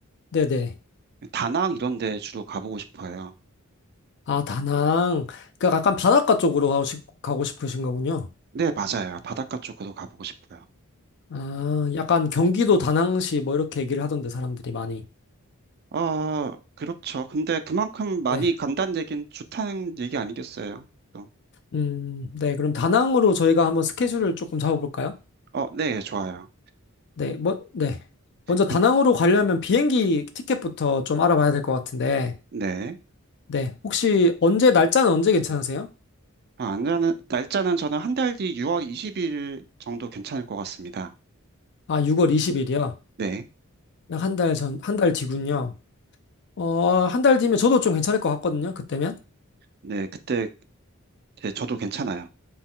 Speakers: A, on the left; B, on the right.
A: 네네.
B: 다낭 이런 데 주로 가보고 싶어요.
A: 아, 다낭. 그러니까 약간 바닷가 쪽으로 가고, 싶, 가고 싶으신 거군요.
B: 네, 맞아요. 바닷가 쪽으로 가보고 싶어요.
A: 아, 약간 경기도 다낭시 뭐 이렇게 얘기를 하던데 사람들이 많이.
B: 아, 그렇죠. 근데 그만큼 많이
A: 네.
B: 간다는 얘기는 좋다는 얘기 아니겠어요? 또.
A: 음, 네. 그럼 다낭으로 저희가 한번 스케줄을 조금 잡아볼까요?
B: 어, 네, 좋아요.
A: 네. 뭐, 네. 먼저 다낭으로
B: 근-
A: 가려면 비행기 티켓부터 좀 알아봐야 될 것 같은데.
B: 네.
A: 네. 혹시 언제, 날짜는 언제 괜찮으세요?
B: 아, 안 가는, 날짜는 저는 한 달 뒤 6월 20일 정도 괜찮을 것 같습니다.
A: 아, 6월 20일이요?
B: 네.
A: 약 한 달 전, 한 달 뒤군요. 어, 한 달 뒤면 저도 좀 괜찮을 것 같거든요. 그때면.
B: 네, 그때, 네, 저도 괜찮아요.